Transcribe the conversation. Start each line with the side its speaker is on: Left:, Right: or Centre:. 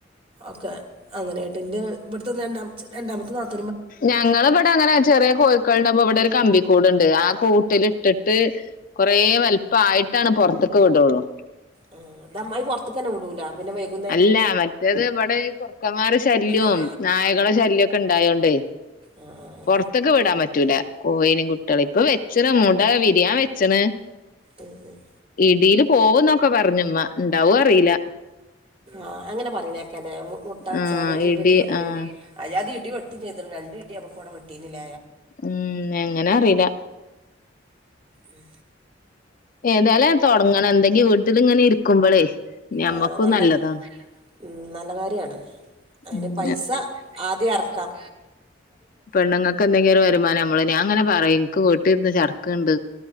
Right: ഒക്കെ അങ്ങനെയായിട്ട് എന്റെ ഇവിടുത്തെ രണ്ട രണ്ടാമത്തെനാത്തൂ
Left: ഞങ്ങിവിടെ അങ്ങനെ ചെറിയ കോയി ക്കൾ ഉണ്ടാവുമ്പോ ഇവിടെ ഒരു കമ്പിക്കൂടുണ്ട് ആകൂ ട്ടിലിട്ടിട്ട് കുറേ വലീ പ്പയിട്ടാണ് പുറത്തൊക്ക വിടുുള്ളൂ
Right: ആഹ അമ്മമായിറത്ത് <unintelligible> പി <unintelligible> രാവിലെ <unintelligible>
Left: അല്ല മറ്റേത് ഇവിടെ കുറു ക്കന്മാരെ ശല്യവും
Right: ആ
Left: നായകള ശല്യക്കെ ഇണ്ടായോണ്ട്
Right: ആ ആ
Left: പുറത്തൊക്ക വിടാൻ പറ്റ <unintelligible> റ്റ കോയിനിം കുട്ടികളീം ഇപ്പൊ വെച്ചണ് മുട വിരിയാൻ വെച്ചണ്
Right: ഉം ഉം
Left: ഇടിയില് പോവും എന്നൊക്കെ പറഞ്മ്മ ഉണ്ടാവും അറിയില്ല
Right: ആഹ് അങ്ങനെ പറയണേക്കല്ലേ മുട്ട വെച്ചാല്
Left: ആഹ്
Right: ഇടട്ടിയാ
Left: ഇടി
Right: പോു
Left: ആഹ്
Right: അ അജാതി ഇടി വെട്ടും ചെയ്തു രണ്ട് ഇടി നമക്ക് ഇവിടെെ <unintelligible> ട്ടീില്ല
Left: ഉം എങ്ങനെ അറിയില
Right: ഉം
Left: ഏതായാലും തുടങ്ങണം എന്തെങ്കും വീട്ടില ഇങ്ങനെ ഇരിക്കുമ്പോളേ ഞമ്മക്ക്
Right: ആഹ് നല്ല
Left: നല്ലതാണ്
Right: ഉം നല്ല കാര്യാണ് അതിന്
Left: ഉം
Right: പൈസ ആദ്യം ഇറക്കാം
Left: പെണ്ണുങ്ങക്ക് എന്തെങ്കിലും ഒരു വരുമാനം നമ്മള് ഞാൻ അങ്ങനെ പറയും ഇനിക്ക് വീട്ടിൽ ഇരുുന്ന ചട് ക്കണ്ട്